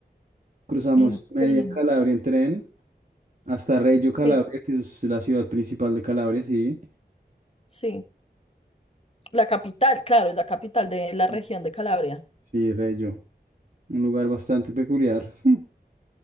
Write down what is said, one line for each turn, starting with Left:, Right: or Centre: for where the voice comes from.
Right: cruzamos
Left: En
Right: media
Left: tren.
Right: Calabria en tren hasta Reggio Calabria,
Left: Sí,
Right: que es la ciudad principal de Calabria, sí.
Left: sí. La capital, claro, es la capital de la región
Right: Mm,
Left: de Calabria.
Right: Sí, Reggio. Un lugar bastante peculiar. <laughs>